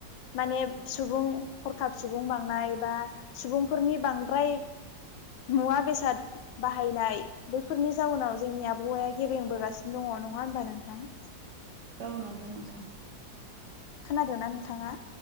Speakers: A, on the left; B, on the right.
A: माने सुबुं हरखाब सुबुं बांनाय बा सुबुंफोरनि बांद्राय मुवा बेसाद, बाहायनाय बैफोरनि जाउनाव जोंनि आबहावाया गेबेंबोगासिनो दङ नङा होनबा नोंथां?
B: औ नांगौ नोंथां।
A: खोनादोंना नोंथाङा?